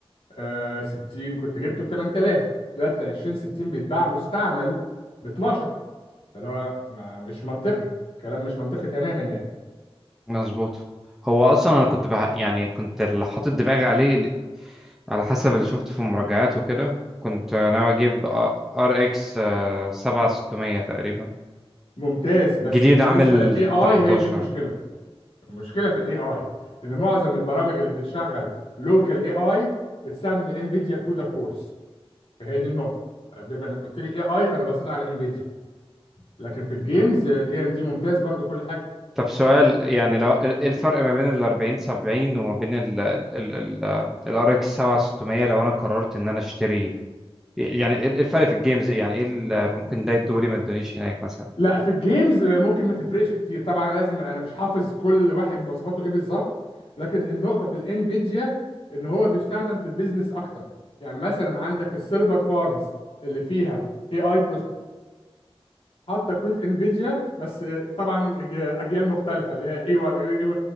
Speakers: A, on the left; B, in the centre.
A: آه 60 كنت جبته ب 8000 دلوقتي ال 20 60 بيتباع مستعمل ب 12 فاللي هو ما مش منطقي كلام مش منطقي تماما يعني
B: مظبوط هو اصلا انا كنت بح... يعني كنت اللي حاطط دماغي عليه ال- على حسب اللي شفته في المراجعات وكده كنت ناوي اجيب ار اكس 7600 تقريبا
A: ممتاز بس
B: جديد
A: بالنسبة
B: عامل
A: للاي اي
B: 18
A: هي دي المشكلة المشكلة في الاي اي إن معظم البرامج اللي بتشغل لوكال اي اي بتستخدم الانفيديا كودا كورس فهي دي النقطة بما انك قلت لي اي اي فانا بصيت على انفيديا لكن في الجيمز الاي ام دي ممتاز برضو كل حاجه
B: طب سؤال يعني لو ايه إيه الفرق ما بين ال 40 70 وما بين ال ال ال ال RX 7600 لو انا قررت ان انا اشتري يعني ايه إيه الفرق في الجيمز يعني ايه اللي ممكن ده الدوري ما ادونيش هناك مثلا
A: لا في الجيمز ممكن ما تفرقش كتير طبعا انا لازم انا مش حافظ كل واحد مواصفاته ايه بالظبط لكن النقطه في الانفيديا ان هو بيستخدم في البيزنس اكتر يعني مثلا عندك السيرفر فارمز اللي فيها اي اي حاطه كروت انفيديا بس آه، طبعا آه، اجيال مختلفه اللي هي اي 1000 واي 2000